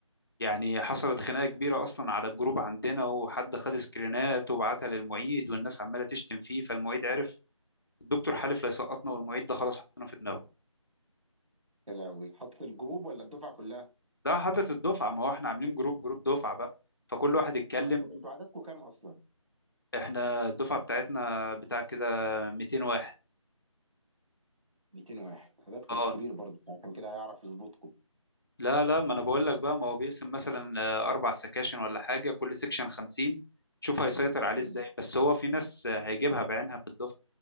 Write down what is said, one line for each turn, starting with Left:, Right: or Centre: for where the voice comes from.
Left: يعني حصلت خناقة كبيرة أصلا على الجروب عندنا وحد خد سكرينات وبعتها للمعيد والناس عمالة تشتم فيه فالمعيد عرف الدكتور حلف لا يسقطنا والمعيد ده خلاص حطنا في دماغه
Right: يا لهوي حاطط الجروب ولا الدفعه كلها؟
Left: ده حاطط الدفعة ما هو احنا عاملين جروب جروب دفعة بقى فكل واحد اتكلم
Right: آه، انتوا انتوا عددكم كام اصلا؟
Left: احنا الدفعة بتاعتنا بتاع كده 200 واحد
Right: 200 واحد عددكم
Left: اه
Right: مش كبير برضه عشان كده هيعرف يظبطكم
Left: لا لا ما انا بقول لك بقى ما هو بيقسم مثلا آه، اربع سكاشن ولا حاجة كل سكشن 50 شوف هيسيطر عليه
Right: مم.
Left: ازاي بس هو في ناس آه، هيجيبها بعينها بالدفعة